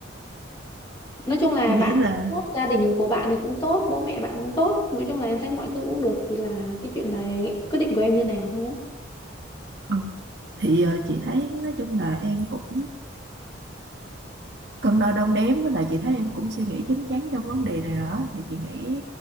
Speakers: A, on the left (about 25°); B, on the right (about 55°).
A: nói chung là
B: Chị
A: bạn
B: nghĩ là
A: cũng tốt gia đình của bạn thì cũng tốt bố mẹ bạn cũng tốt nói chung là em thấy mọi thứ cũng được chỉ là cái chuyện là quyết định của em như nào thôi
B: ờ, thì ờ, chị thấy nói chung là em cũng cân đo đong đếm với lại chị thấy em cũng suy nghĩ chín chắn trong vấn đề này rồi đó thì chị nghĩ